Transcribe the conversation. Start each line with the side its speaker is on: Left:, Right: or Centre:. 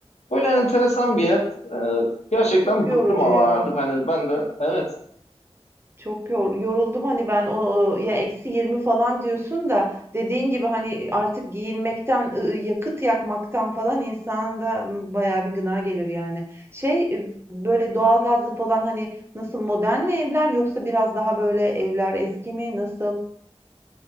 Left: Böyle enteresan bir yer. E, gerçekten
Right: Çok yorucu
Left: bıktım ama
Right: ya.
Left: artık hani ben de evet
Right: Çok yor yoruldum hani ben o ya eksi 20 falan diyorsun da dediğin gibi hani artık giyinmekten ı- yakıt yakmaktan falan insana da m, bayağı bir gına gelir yani. Şey e, böyle doğalgazlı falan hani nasıl modern mi evler yoksa biraz daha böyle evler eski mi nasıl?